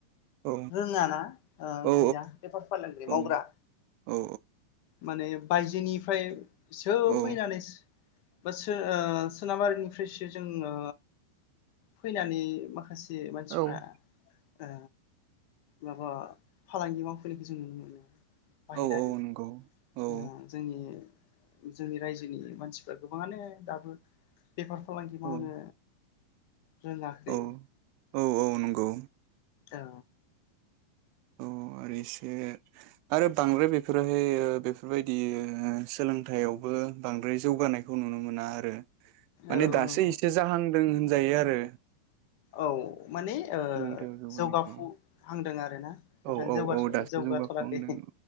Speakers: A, on the right (about 45°); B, on the left (about 45°).
A: औ
B: रोङा ना ओ
A: औ
B: गैया बेफार फालांगि
A: औ
B: मावग्रा
A: औ
B: माने बायजो निफ्राय सो
A: औ
B: फैनानैसो बा सो ओ सोनाबारिनिफ्रायसो जोङो फैनानै माखासे मानसिफ्रा
A: औ
B: ओ माबा फालांगि मावफैनायखौ जों नुनो मोनो बाहेरारि
A: औ औ नंगौ औ
B: ओ जोंनि जोंनि रायजोनि मानसि गोबाङानो दाबो बेफार फालांगि
A: औ
B: मावनो रोङाखै
A: औ औ औ नंगौ
B: औ
A: औ आरो एसे आरो बांद्राय बेफोरावहाय बेफोरबायदि सोलोंथायावबो बांद्राय जौगानायखौ नुनो मोना आरो माने
B: औ
A: दासो
B: नंगौ
A: इसे जाहां दों होनजायो आरो
B: औ माने ओ
A: सोलोंथायाइयाव जौगानायखौ
B: जौगाफुहांदों आरोना नोंथां
A: औ औ
B: जौगा
A: औ दासो
B: जौगाथाराखै
A: जौगाफुहांदों